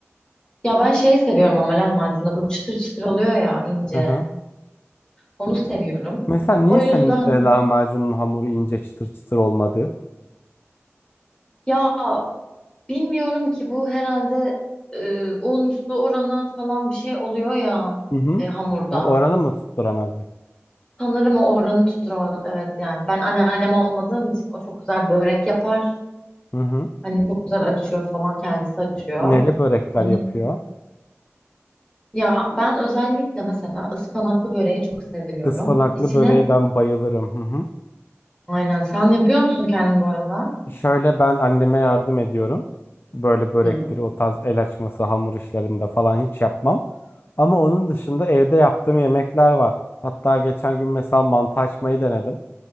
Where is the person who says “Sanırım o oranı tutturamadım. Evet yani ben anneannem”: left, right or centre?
Left